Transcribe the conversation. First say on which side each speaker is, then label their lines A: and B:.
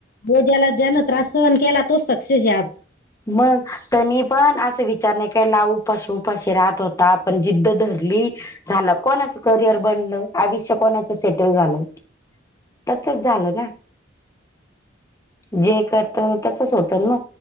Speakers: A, on the left; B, on the left.
A: भाऊ ज्याला ज्यान त्रास सहन केला तोच सक्सेस ये आज
B: मग त्यानी पण असं विचार नाय केला उपाशी उपाशी राहत होता पण जिद्द धरली झालं कोणाचं करियर बनलं आयुष्य कोणाचं सेटल झालं. त्यांचच झाल ना. जे करतो त्याचच होत न